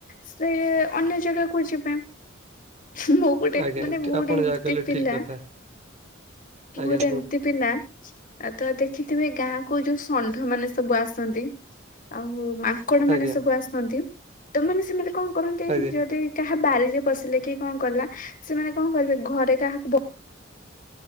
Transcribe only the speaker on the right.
ଆଜ୍ଞା
ଆଜ୍ଞା
ଆପଣ
ଯାହା କହିଲେ
ଠିକ କଥା
ଆଜ୍ଞା
କୁହନ୍ତୁ
ଆଜ୍ଞା
ଆଜ୍ଞା